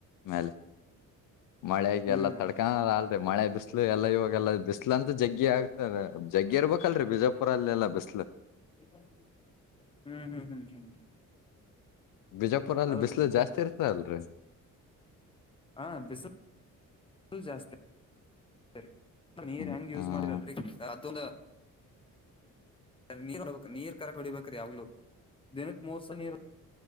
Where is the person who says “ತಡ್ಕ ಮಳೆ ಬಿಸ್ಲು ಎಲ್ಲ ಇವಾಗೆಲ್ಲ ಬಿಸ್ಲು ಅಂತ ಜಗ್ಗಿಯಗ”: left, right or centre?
Left